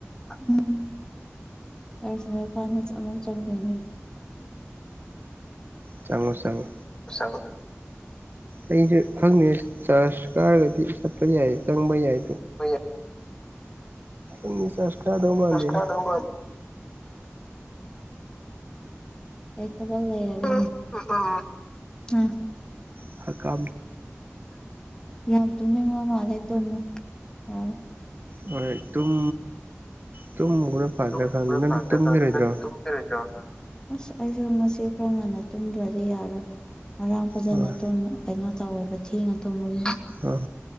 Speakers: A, on the left (about 15°); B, on the right (about 45°).
A: ꯎꯝ ꯑꯔꯁꯄꯥꯟꯗꯁꯨ ꯑꯃꯨꯛ ꯆꯪꯗꯣꯏꯅꯦ
B: ꯆꯪꯉꯣ ꯆꯪꯉꯣ
A: ꯁꯥ
B: ꯑꯩꯁꯨ ꯈꯪꯗꯦ ꯆꯥꯔꯖ ꯀꯥꯔꯒꯗꯤ ꯆꯠꯄ ꯌꯥꯏ ꯆꯪꯕ ꯌꯥꯏ
A: ꯍꯣꯏ
B: ꯏꯅꯤ ꯆꯁ ꯀꯥꯗꯧ ꯃꯥꯟꯗꯅꯦ
A: ꯀꯥꯗꯧ ꯃꯥꯟ ꯑꯩ ꯊꯕꯛ ꯂꯩꯔꯒ ꯑ
B: ꯍꯔ ꯀꯥ
A: ꯌꯥꯝ ꯇꯨꯅꯤꯡꯕ ꯃꯥꯜꯂꯦ ꯇꯨꯝꯃꯣ ꯑꯝ
B: ꯍꯣꯏ ꯇꯨꯝ ꯇꯨꯝꯃꯨꯕꯅ ꯐꯥꯗ꯭ꯔ
A: ꯇꯨꯝꯕꯅ
B: ꯈꯥꯟ ꯅꯪꯗꯤ
A: ꯐꯗ꯭ꯔꯀꯥꯟ
B: ꯇꯨꯝꯕꯤꯔꯣꯏꯗ꯭ꯔꯣ
A: ꯅꯪꯗꯤ ꯇꯨꯝꯈꯤꯔꯣꯏꯗ꯭ꯔꯣ ꯑꯁ ꯑꯩꯁꯨ ꯉꯁꯤ ꯈꯔ ꯉꯟꯅ ꯇꯨꯝꯗ꯭ꯔꯗꯤ ꯌꯥꯔꯣꯏ ꯉꯥꯔꯥꯡ ꯐꯖꯅ
B: ꯍꯣꯏ
A: ꯇꯨꯝ ꯀꯩꯅꯣ ꯇꯧꯋꯦꯕ ꯊꯦꯡꯉ ꯇꯨꯝꯕꯒꯤ
B: ꯑ